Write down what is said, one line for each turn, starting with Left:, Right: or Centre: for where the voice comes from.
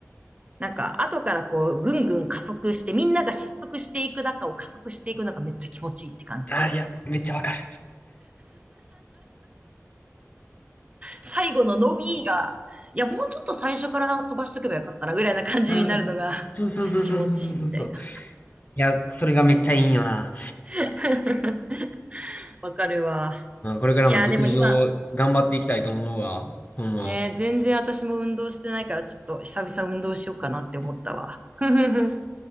Right: なんか、後からこう、ぐんぐん加速して、みんなが失速していく中を加速していくのがめっちゃ気持ちいいって感じで、
Left: ああ、いや、めっちゃわかる。
Right: 最後の伸びが、いや、もうちょっと最初から飛ばしとけばよかったな、ぐらいな感じになるのが
Left: ああ、そうそうそうそうそうそうそう。
Right: <laughs> 気持ちいいみたいな。
Left: いや、それがめっちゃいいんよな。
Right: <laughs> わかるわ。
Left: まあ、これからも陸上頑張っていきたいと思うわ。
Right: いや、でも今、
Left: ほんま。
Right: ね、全然私も運動してないから、ちょっと久々運動しようかなって思ったわ。<laughs>